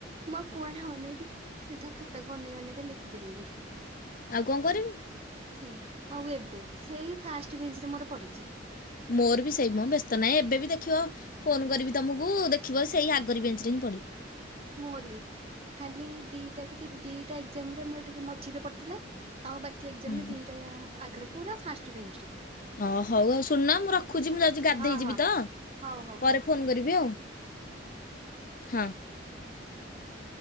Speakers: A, on the right (about 35°); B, on the left (about 45°).
A: ମୁଁ ଆଉ କୁଆଡେ ଅନେଇବି ସିଧା ଖାତାକୁ ଅନେଇ ଅନେଇ କା ଲେଖି ଚାଲିଲି।
B: ଆଉ କଣ କରିବୁ?
A: ସେଇଆ ଆଉ ଏବେ ସେଇ ଫାଷ୍ଟ ବେଞ୍ଚରେ ମୋର ପଡିଛି।
B: ମୋର ବି ସେଇ ମ ବ୍ୟସ୍ତ ନାହିଁ ଏବେ ବି ଦେଖିବ ଫୋନ କରିବି ତମକୁ ଦେଖିବ ସେଇ ଆଗରି ବେଞ୍ଚ। ରେ ହିଁ ପଡ଼ିବ।
A: ମୋର ବି। ଖାଲି ଦିଟା କି ତି ଦିଟା ଏକ୍ଜାମରେ ମୋର ଟିକେ ମଝିରେ ପଡ଼ିଥିଲା। ଆଉ ବାକି
B: ହୁଁ।
A: କି ଦିଟା ଆଗରେ ପୁର ଫାଷ୍ଟ ବେଞ୍ଚରେ।
B: ହଁ ହଉ ଆଉ ଶୁଣନ ମୁଁ ରଖୁଛି ମୁଁ ଯାଉଛି ଗାଧେଇଯିବି
A: ହଁ ହଁ
B: ତ।
A: ହଉ ହଉ
B: ପରେ
A: ରଖିଦଉଛି
B: ଫୋନ କରିବି ଆଉ ହଁ।
A: ଓକେ।